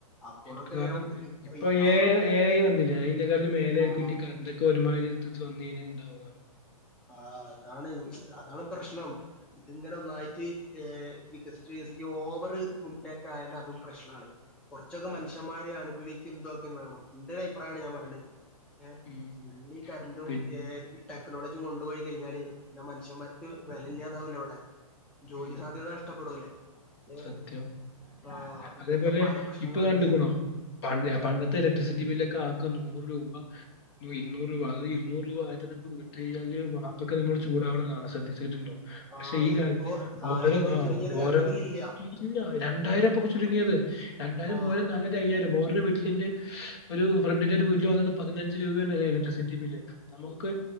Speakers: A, in the centre; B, on the left (about 45°).
A: അപ്പോഴൊക്കെ
B: എനിക്ക് കാരണം
A: ഞാൻ ഈ-
B: ഇപ്പോ
A: ഈ- ആ
B: ഏ ഏ ഐ വന്നില്ലേ അയിന്റെ കാട്ടിലും മേലെ ആയിരിക്കും
A: ആ
B: ഇനി കറണ്ടൊക്കെ ഒരുമാതിരി സ്വാധീനം എന്താവും.
A: ആഹ് അതാണ് അതാണ് പ്രശ്നം. ഇതിങ്ങനെ ഒന്നായിട്ട് വികസിച്ചു വികസിച്ച് ഓവർ മുന്നേറ്റയാലും അതും പ്രശ്നാണ്. കുറച്ചൊക്കെ
B: ആ
A: മനുഷന്മാര് അനുഭവിക്കും ഇതൊക്കെ വേണം ഇന്റൊരു അഭിപ്രായാണ് ഞാൻ പറയണത്. ഏഹ്
B: ഉം
A: ഫുള്ളി കറണ്ടും
B: പിൻ
A: ഏ ഐ ടെക്നോളജിം കൊണ്ടുപോയി കഴിഞ്ഞാല് പിന്നെ മനുഷ്യന്മാർക്ക് വിലയില്ലാതാവുലേ ഇവിടെ. ജോലി
B: ഉം
A: സാധ്യത നഷ്ടപ്പെടൂലേ. ഏഹ്
B: സത്യം
A: ആ
B: അതേപോലെ
A: ഇങ്ങനത്തെ പല പ്രശ്നങ്ങളുണ്ട്
B: ഇപ്പൊ കണ്ടുക്കുണോ പണ്ട് പണ്ടത്തെ ഇലക്ട്രിസിറ്റി ബില്ലൊക്കെ ആകെ നൂറ് രൂപ ഇുന്നൂറ് രൂപ അത് ഇരുന്നൂറ് രൂപ ആദ്യം നമുക്ക് വിട്ട് കിഞ്ഞാല് വാപ്പൊക്കെ നമ്മളോട് ചൂ ചൂടാവണ കാണാൻ ശ്രദ്ധിച്ചിട്ടുണ്ടോ പക്ഷെ
A: ആഹ്
B: ഈ കാലത്ത്
A: ഇപ്പോ
B: ഓരോ
A: ആയിരത്തിൽ
B: ആ
A: ചുരുങ്ങിയ ഒരു കറണ്ട്
B: ഓരോ
A: ബില്ല് ഇല്ല
B: ഇല്ല രണ്ടായിരംപ്പൊ ചുരുങ്ങിയത് രണ്ടായിരം
A: ആഹ്
B: മൂവായിരം നാലായിരം അയ്യായിരം ഓരോ വീട്ടിലിന്റെ ഒരു ഫ്രണ്ടിന്റെ ഒരു വീട്ടില് വന്നത് പതിനഞ്ച് രൂപയാണ് ഇലക്ട്രിസിറ്റി ബില്ല് നമുക്ക്